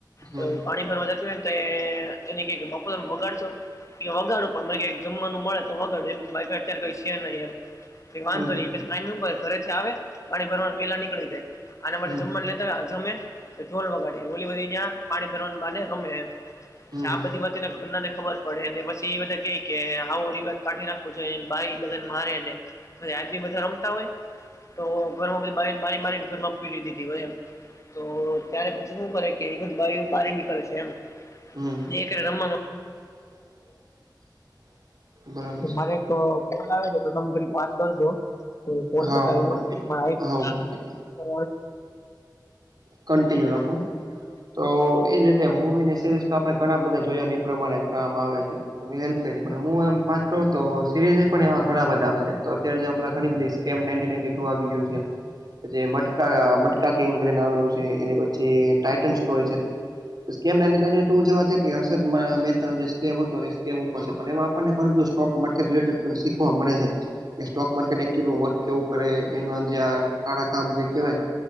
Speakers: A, on the right; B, on the left.
A: હમ
B: તો પાણી ભરવા જતાં હોય નેતો એનેક બાપુ તમે વગાડશો, એ વગાડું પણ મને જમવાનું મળે તો વગાડો એમ મા પા અત્યારે કંઈ છે, નહીં એમ. ગ વાંધો
A: સમજી
B: નહી
A: ગયો
B: તો પછી કાઈ નો કર. આવે પાણી ભરવા વેલા નીકળી જાય આના માટે
A: હમ
B: જમવાનું લેતા હોય જમે પછી ઢોલ વગાડી, ઓલી બધી જ્યાં પાણી ભરવાનું બાને રમે એમ.
A: હમ
B: આ બધી વાતને ઘન્નાને ખબર પડેને પછી એ બધા કે આવો ઓલી વાત કાઢી નાખો. બાઈ બધાને મારેને આજી બધા રમતા હોય, તો ઘરમાં બધી બાને મારી મારીને ઘર માં પીડી દીધી હોય એમ તો ત્યારે પછી, શું કરે કે એ બધી બાઈઓ બારી નીકળે છે એમ
A: હમ
B: એક હારે રમવા મા,
A: <inaudible>
B: તો
A: છે
B: મારે એક કોલ આવે છે તો તમે થડીક વાત કરજો. કોલ
A: હા
B: પતાવી
A: હું
B: લો
A: કન્ટિન્યુ
B: પણ
A: હા હું કન્ટિન્યુ
B: <unintelligible>
A: કન્ટિન્યુ રાખો, તો એજ રીતે મુવીની સિરીઝ તો આપણે ઘણા બધા જોયા એ પ્રમાણે કામ આવે છે. હેલ્પ થાય છે પણ હું એમ વાત કરું તો સિરીઝે પણ એવા ઘણા બધા આવે છે તો અત્યારેં જે ઘણી બધી, <unintelligible> તેમ નાઇન્ટી નાઇન્ટી ટુ આવી ગું છે એમ, પ જે મટકા મટકા કિંગ કરીને આવેલું છે એની પછી ટઇટન સ્ટોરી છે. સ્કેમ નાઈનટી નાઇન્ટી ટુ જોવા જે કે હર્ષદ મહેતા <unintelligible> હતો એ સ્કેમ ઉપર છે એ, <unintelligible> <unintelligible> રધું સોક માર્કેટ રીલેટે શીખવા મળે છે કે સ્ટોક માર્કેટ એચ્યુલમાં હોય કેવું કરે એમના જે આ કાળા કામ જે કેવાય,